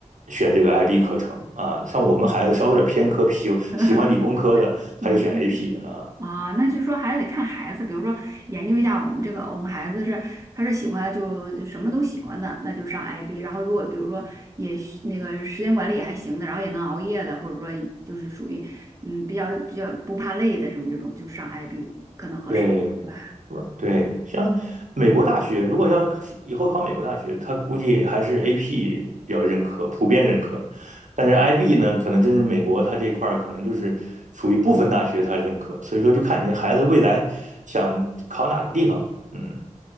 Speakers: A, on the right; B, on the right.
A: 选这个 IB 课程啊。像我们孩子稍微有点偏科，喜喜欢理工科的，
B: <laughs>
A: 他就选
B: 嗯。
A: AP 啊。
B: 啊，那就是说还是得看孩子，比如说研究一下我们这个，我们孩子是他是喜欢就就什么都喜欢的，那就上 IB。然后如果比如说也是那个时间管理也还行的，然后也能熬夜的，或者说就是属于嗯比较比较不怕累的什么这种，就上 IB 可能合适，
A: 对，
B: 对吧？
A: 软对，像美国大学，如果要考以后考美国大学，他估计还是 AP 比较认可，普遍认可。但是 IB 呢，可能真是美国它这块儿可能就是属于部分大学它认可，所以说就看你的孩子未来想考哪个地方。嗯，